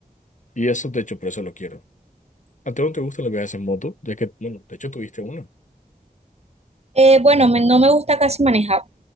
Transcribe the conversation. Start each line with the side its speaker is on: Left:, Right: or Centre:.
Left: Y eso, de hecho, por eso lo quiero. ¿A ti no te gustan los viajes en moto? Ya que, bueno, de hecho tuviste uno.
Right: Eh, bueno, me, no me gusta casi manejar.